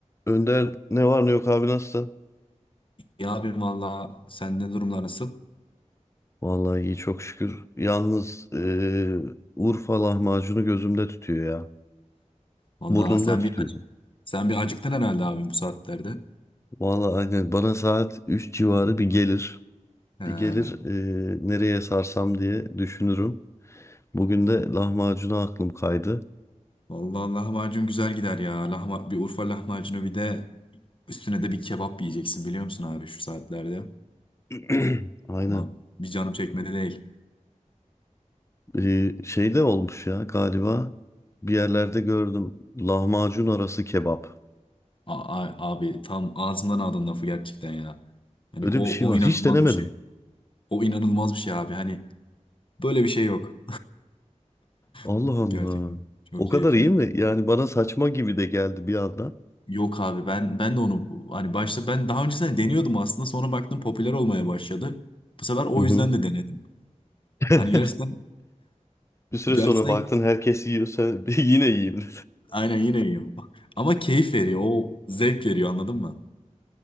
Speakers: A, on the left; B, on the left.
A: Önder ne var ne yok abi nasılsın?
B: Ya abim valla sende durumlar nasıl?
A: Vallahi iyi çok şükür. Yalnız eee, Urfa lahmacunu gözümde tutuyor ya.
B: Valla
A: Burnumda
B: sen
A: tutuyorum.
B: bir acı, sen bir acıktın herhalde abim bu saatlerde.
A: Vallahi aynen bana saat 3 civarı bir gelir.
B: He,
A: Bir gelir eee, nereye sarsam diye düşünürüm. Bugün de lahmacuna aklım kaydı.
B: valla lahmacun güzel gider ya. Lahma, bir Urfa lahmacunu bir de üstüne de bir kebap yiyeceksin biliyor musun abi şu saatlerde?
A: <clears throat> Aynen.
B: Ama bir canım çekmedi değil.
A: Eee, şey de olmuş ya galiba bir yerlerde gördüm. Lahmacun arası kebap.
B: A- a- abi tam ağzından aldın lafı gerçekten ya. Hani
A: Öyle
B: o
A: bir şey
B: o
A: var.
B: inanılmaz
A: Hiç denemedim.
B: bir şey. O inanılmaz bir şey abi. Hani böyle bir şey yok.
A: Allah
B: <laughs>
A: Allah.
B: Gerçekten çok
A: O
B: keyifli.
A: kadar iyi mi? Yani bana saçma gibi de geldi bir anda.
B: Yok abi ben ben de onu hani başta ben daha öncesinde deniyordum aslında sonra baktım popüler olmaya başladı. Bu sefer o
A: Hı hı.
B: yüzden de denedim.
A: <laughs>
B: Hani gerçekten
A: Bir süre
B: gerçekten
A: sonra baktın herkes yiyor sen <laughs> yine yiyeyim. dedin.
B: aynen yine iyi. Ama keyif veriyor. O zevk veriyor anladın mı?